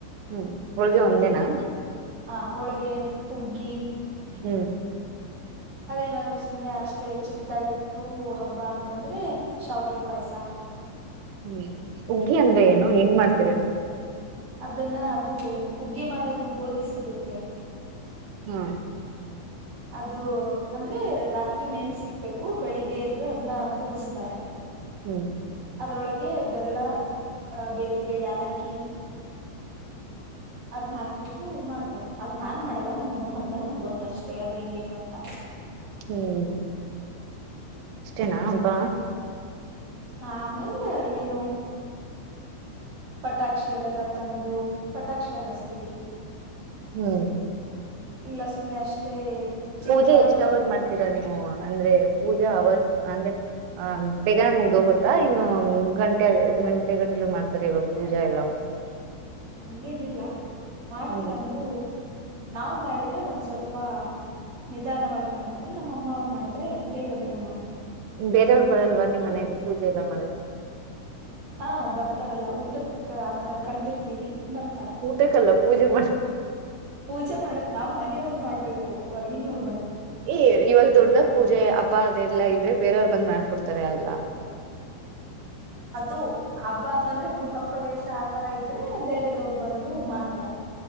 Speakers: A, on the right; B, on the right.
A: ಹ್ಮ್ ಹೋಳ್ಗೆ ಒಂದೇನಾ
B: ಹಾ ಹೋಳ್ಗೆ ಹುಗ್ಗಿ
A: ಹ್ಮ್
B: ಅದೇನಾದ್ರು ಸುಮ್ನೆ ಅಷ್ಟೇ ಚಿಕ್ದಾಗಿತ್ತು ಹಬ್ಬ ಅಂತಂದ್ರೆ ಶಾವಗೆ ಪಾಯ್ಸ
A: ಹ್ಮ್ ಉಗ್ಗಿ ಅಂದ್ರೆ ಏನು ಹೆಂಗ್ ಮಾಡ್ತೀರ ನೀ
B: ಅದನ್ನ ಅದು ಉುಗ್ಗಿ ಮಾಡೋದು ಗೋಧಿ ಸಿಗುತ್ತೆ
A: ಹ್ಮ್
B: ಅದು ಅಂದ್ರೆ ರಾತ್ರಿ ನೆನ್ಸಿಕ್ಬೇಕು ಬೆಳಿಗ್ಗೆ ಎದ್ದು ಅದ್ನ ಕುದುಸ್ತಾರೆ.
A: ಹ್ಮ್.
B: ಅದ್ರೊಳಗೆ ಬೆಲ್ಲ ಬೇಕಿದ್ರೆ ಯಾಲಕ್ಕಿ. ಅದ್ನ ಹಾಕ್ಬಿಟ್ಟು ಮಾಡ್ತಾರೆ. ಅದ್ ನಾನ್ ಮಾಡಲ್ಲ ನಮ್ಮಮ್ಮ ಮಾಡ್ತಾರ ನಂಗ ಗೊತ್ತಷ್ಟೇ ಅದ್ ಹೆಂಗ್ ಹೆಂಗ್ ಅಂತ.
A: ಹ್ಮ್. ಅಷ್ಟೇನಾ ಹಬ್ಬ.
B: ಹಾ ಆಮೇಲೆ ಏನು. ಪಟಾಕ್ಷಿ ಅದೆಲ್ಲ ತಂದು. ಪಟಾಕ್ಷಿ ಹಾರಸ್ತೀವಿ
A: ಹ್ಮ್
B: ಇಲ್ಲ ಸುಮ್ನೆ ಅಷ್ಟೇ. ಚಿಕ್ಕದಾಗಿ
A: ಪೂಜೆ ಎಷ್ಟ್ ಹವರ್
B: ಚೊಕ್ಕದಾಗಿ
A: ಮಾಡ್ತೀರಾ ನೀವು ಅಂದ್ರೆ ಪೂಜೆ ಹವರ್ಸ್ ಅಂದ್ರೆ ಹಾ ಬೇಗನೆ ಮುಗ್ದೋಗುತ್ತಾ ಇನ್ನು ಗಂಟೆ ಗಂಟೆ ಗಟ್ಲೆ ಮಾಡ್ತಿರ ಇವಾಗ ಪೂಜಾ ಎಲ್ಲ.
B: ಹಂಗೇನಿಲ್ಲ ಮಾಡ್ತೀವಂದ್ರು
A: ಹ್ಮ್
B: ನಾವ್ ಮಾಡಿದ್ರೆ ಒಂದ್ ಸ್ವಲ್ಪ. ನಿಧಾನವಾಗಿ ಮಾಡ್ತೀವಿ ನಮ್ಮಮ್ಮ ಅವ್ರು ಮಾಡಿದ್ರೆ ಬೇಗ ಬೇಗ ಮಾಡ್
A: ಬೇರೆಯವರು ಬರಲ್ವ ನಿಮ್ಮ ಮನೆದು ಪೂಜೆ ಎಲ್ಲ ಮಾಡಕ್
B: ಹಾ ಬರ್ತಾರಲ್ಲ ಊಟಕ್ಕ ಆತರ ಕರ್ದಿರ್ತೀವಿ. ಬರ್ತಾರ
A: ಊಟಕ್ಕಲ್ಲ ಪೂಜೆ ಮಾಡ
B: ಪೂಜೆ ಮಾಡಕ್ ನಾವ್ ಮನನಿಯವರ್ ಮಾಡ್ಬೇಕು ಹೊರ್ಗಿನವರ್
A: ಏ ಇವಾಗ ದೊಡ್ದಾಗ ಪೂಜೆ ಹಬ್ಬ ಅದೆಲ್ಲಾ ಇದ್ರೆ ಬೇರೆಯವ್ರು ಬಂದ್ ಮಾಡ್ಕೊಡ್ತಾರೆ ಅವೆಲ್ಲ.
B: ಅದು ಹಬ್ಬ ಅಂತಂದ್ರೆ ಗೃಹ ಪ್ರವೇಶ ಆ ತರ ಇದ್ ದ್ರೆ ಬೇರೆದವ್ರ್ ಬಂದು ಮಾಡ್ತಾರೆ